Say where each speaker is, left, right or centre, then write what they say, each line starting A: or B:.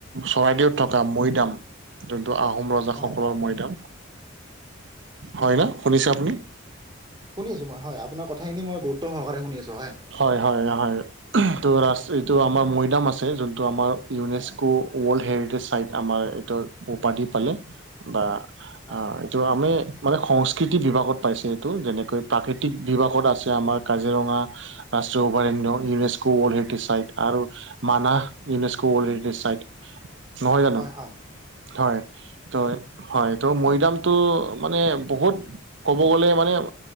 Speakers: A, on the right; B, on the right.
A: চৰাইদেউত থকা মৈদাম যোনটো আহোম ৰজা সকলৰ
B: অ অ
A: মৈদাম হয় না শুনিছে
B: অ
A: আপুনি
B: শুনি আছো মই হয় আপোনাৰ কথাখিন মই গুৰুত্ব সহকাৰে শুনি আছো হয়
A: হয় হয় হয়। এহ ত ৰা এইটো আমাৰ মৈদাম আছে যোনটো আমাৰ ইউনেস্কো
B: হয়
A: ৱৰ্ল্ড হেৰিটেজ চাইট আমাৰ ধৰ উপাধি পালে বা
B: হয়
A: অ এইটো আমি মানে সংস্কৃতি বিভাগত পাইছে এইটো যেনেকৈ প্ৰাকৃতিক বিভাগত আছে আমাৰ কাজিৰঙা ৰাষ্ট্ৰীয় অভয়াৰণ্য ইউনেচকো' ৱৰ্ল্ড হেৰিটেজ ছাইট আৰু মানাহ, ইউনেছক' ৱৰ্ল্ডহেৰিটেজ চাইড। নহয় জানো?
B: হয় হয় হয়
A: হয়, তই হয়, ত' মৈদামটো মানে বহুত ক'ব গ'লে মানে